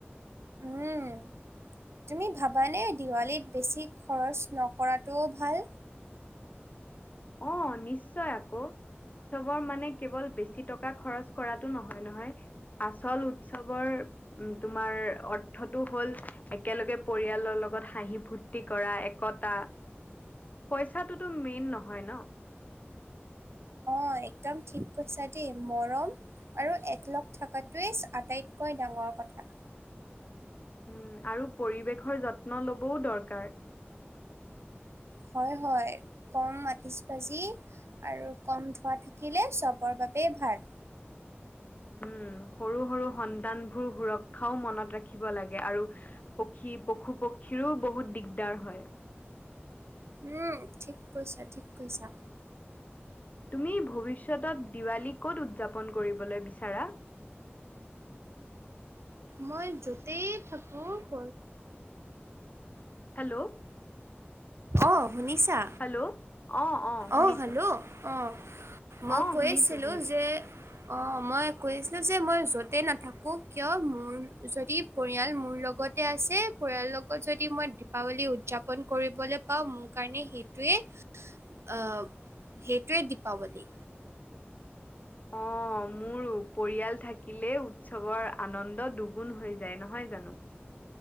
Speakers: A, on the right (about 85°); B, on the left (about 40°).
A: উম। তুমি ভাবানে দিৱালীত বেছি খৰচ নকৰাটোও ভাল
B: অ', নিশ্চয় আকৌ! উৎসৱৰ মানে কেৱল বেছি টকা খৰচ কৰাটো নহয় নহয় আচল উৎসৱৰ উম তোমাৰ অৰ্থটো হ'ল একেলগে পৰিয়ালৰ লগত হাঁহি ফূুৰ্তি কৰা, একতা
A: <unintelligible>
B: পইচাটোটো মেইন নহয় ন?
A: অ', একদম ঠিক কৈছা দেই মৰম আৰু একলগ থকাটোৱেই আটাইতকৈ ডাঙৰ কথা।
B: উম আৰু পৰিৱেশৰ যত্ন লবও দৰকাৰ।
A: হয় হয়, কম আঠিশ বাজি আৰু কম ধোৱা থাকিলে চবৰ বাবেই ভাল।
B: উম সৰু সৰু সন্তানবোৰ সুৰক্ষাও মনত ৰাখিব লাগে আৰু পক্ষী, পশু পক্ষীৰো বহুত দিগদাৰ হয়।
A: উম ঠিক কৈছা ঠিক কৈছা।
B: তুমি ভৱিষ্যতত দিৱালী ক'ত উদযাপন কৰিবলৈ বিচাৰা?
A: মই য'তেই থাকো ক
B: হেল্ল'
A: অঁ শুনিছা,
B: হেল্ল' অ শুনিছো
A: অ', হেল্ল' অ' মই
B: অ
A: কৈছিলোঁ
B: শুনিছো শুনিছো
A: যে অঁ মই কৈছিলোঁ যে, মই য'তে নাথাকোঁ কিয় মোৰ যদি পৰিয়াল মোৰ লগতে আছে, পৰিয়ালৰ লগত যদি মই দীপাৱলী উদযাপন কৰিবলৈ পাঁও, মোৰ কাৰণে সেইটোৱে সেইটোৱে দীপাৱলী।
B: অঁ অ', মোৰ পৰিয়াল থাকিলে উৎসৱৰ আনন্দ দুগুণ হৈ যায় নহয় জানো?